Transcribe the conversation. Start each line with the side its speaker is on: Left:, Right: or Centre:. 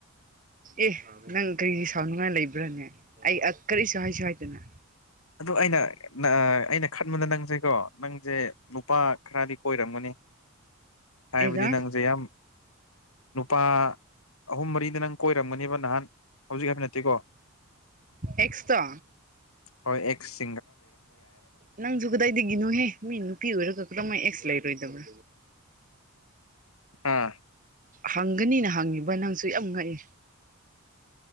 Right: ꯑꯦ ꯅꯪ ꯀꯔꯤ ꯁꯥꯎꯅꯉꯥꯏ ꯂꯩꯕ꯭ꯔꯥꯅꯦ ꯑꯩ ꯀꯔꯤꯁꯨ ꯍꯥꯏꯁꯨ ꯍꯥꯏꯗꯅ
Left: ꯑꯗꯨ ꯑꯩꯅ ꯑꯩꯅ ꯈꯟꯕꯗ ꯅꯪꯁꯦꯀꯣ ꯅꯪꯁꯦ ꯅꯨꯄꯥ ꯈꯔꯗꯤ ꯀꯣꯏꯔꯝꯒꯅꯤ ꯍꯥꯏꯥꯏꯕꯗꯤ
Right: ꯑꯩꯗ
Left: ꯅꯪꯖꯩ ꯅꯨꯄꯥ ꯑꯍꯨꯝ ꯃꯔꯤꯗ ꯅꯪ ꯀꯣꯏꯔꯝꯒꯅꯦꯕ ꯅꯍꯥꯟ ꯍꯧꯖꯤꯛ ꯍꯥꯏꯐ ꯅꯠꯇꯦꯀꯣ <inaudible>
Right: ꯑꯦꯇꯣ
Left: ꯍꯣꯏ ꯑꯦꯛꯁ
Right: ꯅꯪꯁꯨ ꯀꯗꯥꯏꯗꯒꯤꯅꯣꯍꯦ ꯃꯤ ꯅꯨꯄꯤ ꯑꯣꯏꯔꯒꯛꯇ ꯃꯥ ꯑꯦꯛꯁ ꯂꯩꯔꯣꯏꯗꯕ꯭ꯔꯥ
Left: ꯑꯥ
Right: ꯍꯪꯒꯅꯤꯅ ꯍꯪꯉꯤꯕ ꯅꯪꯁꯨ ꯌꯥꯝ ꯉꯛꯑꯦ